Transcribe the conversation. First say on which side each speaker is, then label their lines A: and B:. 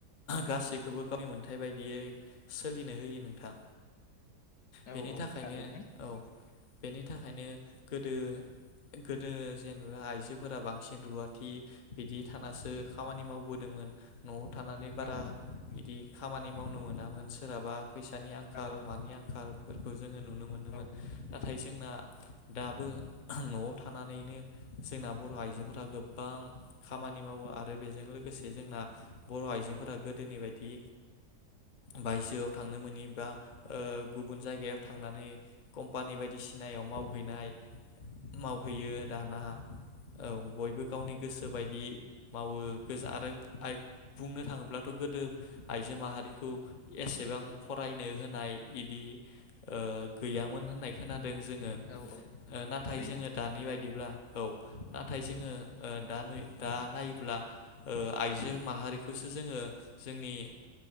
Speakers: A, on the left; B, on the left.
A: गासैखौबो गावनि मोनथाय बायदियै सोलिनो होयो नोंथां।
B: औ
A: बेनि
B: औ
A: थाखायनो
B: थारैनो
A: औ। बेनि थाखायनो गोदो गोदो जेनेबा आइजोफोरा बांसिन रुवाथि बिदि थानासो खामानि मावबोदोंमोन न'आव थानानै बारा
B: औ
A: बिदि खामानि मावनो मोनामोन सोरहाबा फैसानि आंखाल
B: औ
A: मानि आंखाल जोङो नुनो मोनोमोन।
B: औ
A: नाथाय जोंना दाबो न'आव थानानैनो जोंना बर' आइजोफोरा गोबां खामानि मावो आरो बेजों लोगोसे जोंना बर' आइजोफोरा गोदोनि बायदि बायजोआव थांनो मोनि बा गुबुन जायगायाव थांनानै कम्पानि बायदिसिनायाव मावहैनाय मावहैयो दाना। औ बयबो गावनि गोसो बायदि मावो गो आरो आय बुंनो थाङोब्लाथ' गोदो आइजो माहारिखौ एसेबां फरायनो होनाय इदि ओ गैयामोन होननाय खोनानो। जोङो
B: औ
A: नाथाय
B: थारैनो
A: जोङो दानि बायदिब्ला औ नाथाय जोङो ओ दा नुयो दा नायो। अब्ला ओ आइजो माहारिखौसो जोङो जोंनि